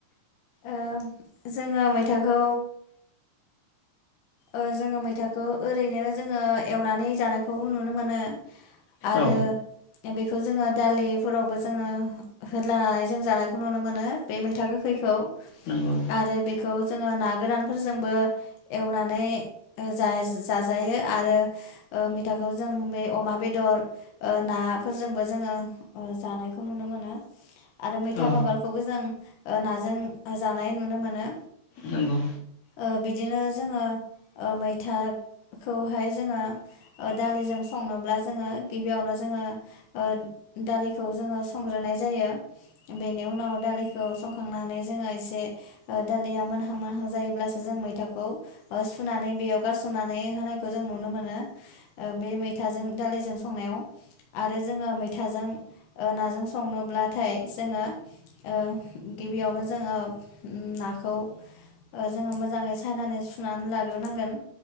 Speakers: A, on the left (about 65°); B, on the left (about 85°).
A: ओ जोङो मैथाखौ ओ जोङो मैथाखौ ओरैनो जोङो एवनानै जानायखौ नुनो मोनो। आरो
B: औ
A: बेखौ जोङो दालिफोरावबो जोङो होदलानानै जों जानायखौ नुनो मोनो बे मैथा गोखैखौ
B: नंगौ
A: आरो बे खौ जोङो ना गोरानफोरजोंबो एवनानै नै ओ जा जायो आरो ओ मैथाखौ जों बे अमा बेदर ओ नाफोरजोंबो जोङो जानायखौ नुनो मोनो। आरो मैथा
B: औ
A: बांगालखौबो जों ओ नाजों जानाय नुनो मोनो।
B: नंगौ।
A: ओ बिदिनो जोङो ओ मैथाखौहाय जोङो ओ दालिजों संनोब्ला जोङो गिबियावनो जोङो ओ दालिखौ जोङो संग्रोनाय जायो बेनि उनाव दालिखौ संखांनानै जोङो एसे ओ दालिया मोनहां मोनहां जायोब्लासो जों मैथाखौ ओ सुनानै बेयाव गारस'नानै होनायखौ जों नुनो मोनो ओ बे मैथाजों दालिजों संनायाव आरो जोङो मैथाजों ओ नाजों संनोब्लाथाय जोङो ओ गिबियावनो जोङो नाखौ ओ जोङो मोजाङै सायनानै सुनानै लाग्रोनांगोन